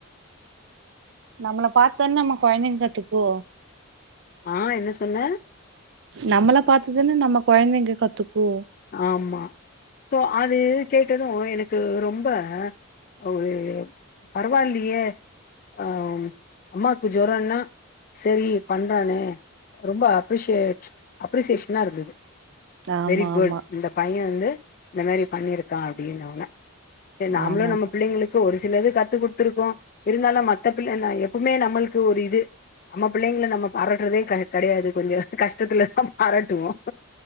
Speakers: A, on the right; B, on the left.
A: நம்மள பாத்தான நம்ம கொழந்தைங்க கத்துக்கோ
B: ஆ என்ன சொன்ன
A: நம்மள பாத்துதான நம்ம கொழந்தைங்க கத்துக்கோ
B: ஆமா சோ அது கேட்டதும் எனக்கு ரொம்ப ஒரு பரவாயில்லயே ம் அம்மாக்கு ஜொரன்னா செரி பண்றானே ரொம்ப அப்ரிசே அப்ரிசியேஷனா இருந்தது
A: ஆமா
B: வெரி குட்
A: ஆமா
B: இந்த பைய வந்து இந்த மாரி பண்ணிருக்கா அப்படின்னுவாங்க ஏ நாமளும்
A: ஆமா
B: நம்ம பிள்ளைங்களுக் ஒரு சிலது கத்து குடுத்துருக்கோ இருந்தாலு மத்த பிள்ள எப்பவுமே நம்மளுக்கு ஒரு இது நம்ம பிள்ளைங்கள நம்ம பாராட்டுறதே கெடையாது கொஞ்சோ கஷ்டத்துல தா பாராட்டுவோ